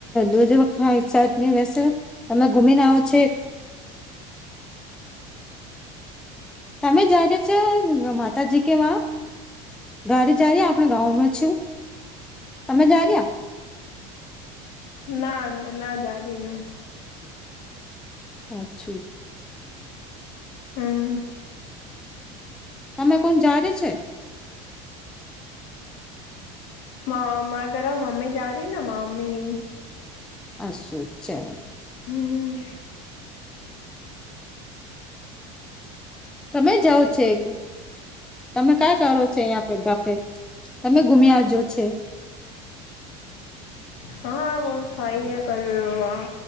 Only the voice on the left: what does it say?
ના ના ના જારયા મેં.
હમ્મ.
હો માર ઘરે મમ્મી જારીને માર મમ્મી
હમ્મ.
હા વો સઈ હે પર વહા